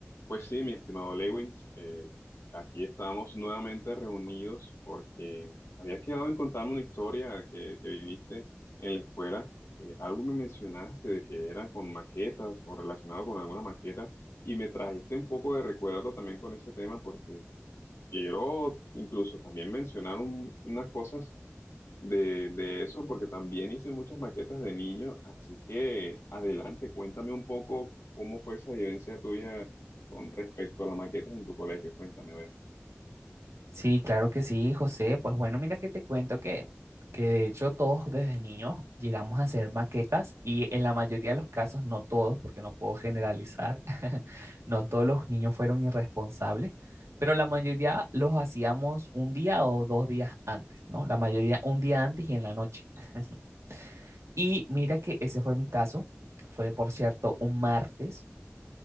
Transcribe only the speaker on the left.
Pues sí, mi estimado Lewins, eh, aquí estamos nuevamente reunidos porque habías quedado en contarme una historia que, que viviste en la escuela. Eh, algo me mencionaste de que era con maquetas o relacionado con alguna maqueta y me trajiste un poco de recuerdo también con ese tema porque quiero incluso también mencionar un- unas cosas de, de eso, porque también hice muchas maquetas de niño, así que adelante, cuéntame un poco cómo fue esa vivencia tuya con respecto a las maquetas en tu colegio, cuéntame, a ver.